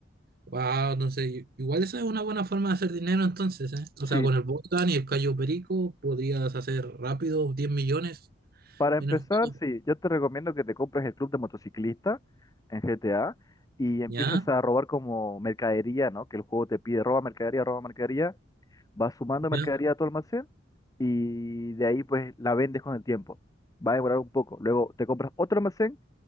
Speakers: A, on the right (about 55°); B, on the left (about 20°).
A: Wow, entonces, i- igual esa es una buena forma de hacer dinero entonces, ¿eh? O
B: Sí,
A: sea, con el Bogdan y el Cayo Perico podrías hacer rápido diez millones
B: Para empezar,
A: en el juego.
B: sí, yo te recomiendo que te compres el club de motociclista en GTA y empieces
A: ¿Ya?
B: a robar como mercadería, ¿no? Que el juego te pide, roba mercadería, roba mercadería, vas sumando mercadería
A: ¿Ya?
B: a tu almacén y de ahí pues la vendes con el tiempo. Va a demorar un poco. Luego te compras otro almacén,